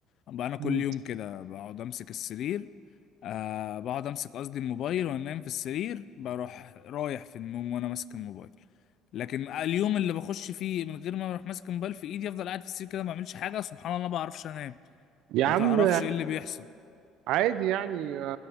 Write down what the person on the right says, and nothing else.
مم.
يا
عم
عادي يعني آه،